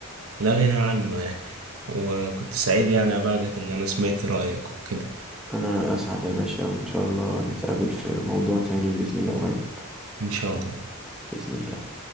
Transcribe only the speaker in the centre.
أنا أسعد يا باشا وإن شاء الله نتقابل في موضوع تاني بإذن الله قريب
بإذن الله